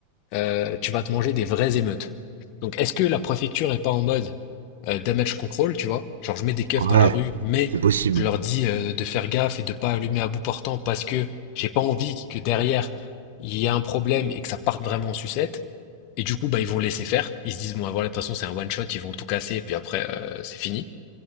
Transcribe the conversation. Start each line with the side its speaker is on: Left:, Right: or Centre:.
Left: euh, tu vas te manger des vraies émeutes. Donc, est-ce que la préfecture est pas en mode euh, damage control, tu vois? Genre, je mets des keufs
Right: Ouais,
Left: dans la rue, mais
Right: c'est possible.
Left: je leur dis euh, de faire gaffe et de pas allumer à bout portant parce que j'ai pas envie que derrière il y ait un problème et que ça parte vraiment en sucette. Et du coup, bah, ils vont laisser faire. Ils se disent, bon, ah, voilà, de toute façon, c'est un one shot, ils vont tout casser et puis après, euh, c'est fini.